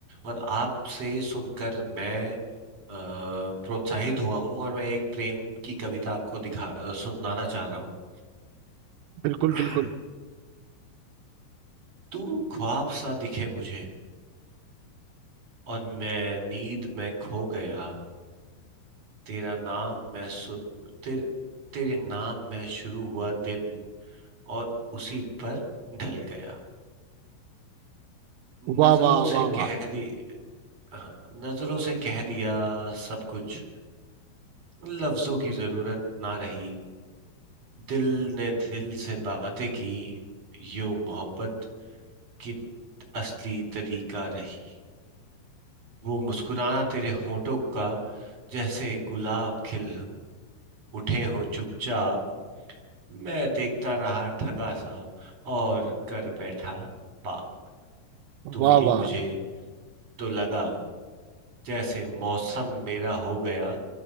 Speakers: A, on the right; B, on the right.
A: और आपसे सुनकर मैं अ, प्रोत्साहित हुआ हूँ और मैं एक प्रेम की कविता आपको दिखा अ, सुनाना चाह रहा हूँ
B: बिल्कुल
A: <clears throat>
B: बिल्कुल
A: तू ख्वाब सा दिखे मुझे और मैं नींद में खो गया तेरा नाम मैं सुन तेरे तेरे नाम में शुरू हुआ दिन और उसी पर ढल गया
B: वाह
A: नजरों
B: वाह
A: से
B: वाह वाह
A: कह दी हाँ, नजरों से कह दिया सब कुछ लफ्जों की जरूरत ना रही दिल ने दिल से बातें की यूं मोहब्बत की असली तरीका रही वो मुस्कुराना तेरे होठों का जैसे गुलाब खिल उठे हो चुपचाप मैं देखता रहा ठगा सा और कर बैठा पाप तू
B: वाह
A: मिली
B: वाह
A: मुझे तो लगा जैसे मौसम मेरा हो गया